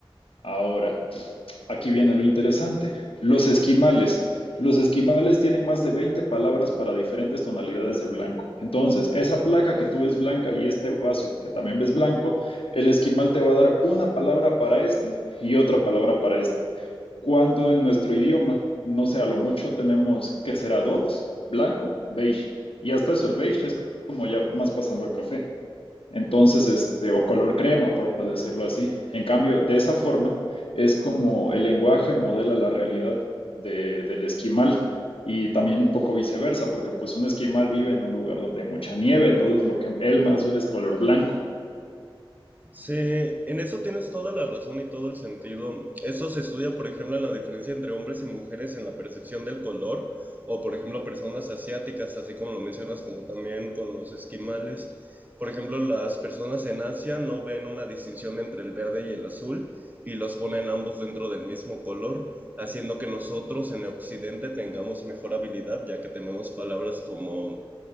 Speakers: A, on the left (about 80°); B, on the right (about 20°).
A: Ahora, Aquí viene lo interesante. Los esquimales. Los esquimales tienen más de 20 palabras para diferentes tonalidades de blanco. Entonces, esa placa que tú ves blanca y este vaso que también ves blanco, el esquimal te va a dar una palabra para este y otra palabra para este. Cuando en nuestro idioma, no sé, a lo mucho tenemos que será dos, blanco, beige. Y hasta eso el beige es como ya más pasando al café. Entonces, este, o color crema, por decirlo así. En cambio, de esa forma es como el lenguaje modela la realidad de- del esquimal y también un poco viceversa, porque pues un esquimal vive en un lugar donde hay mucha nieve, entonces lo que él más ve es color blanco.
B: Sí, en eso tienes toda la razón y todo el sentido. Eso se estudia, por ejemplo, en la diferencia entre hombres y mujeres en la percepción del color, o por ejemplo, personas asiáticas, así como lo mencionas, como también con los esquimales. Por ejemplo, las personas en Asia no ven una distinción entre el verde y el azul y los ponen ambos dentro del mismo color, haciendo que nosotros en Occidente tengamos mejor habilidad, ya que tenemos palabras como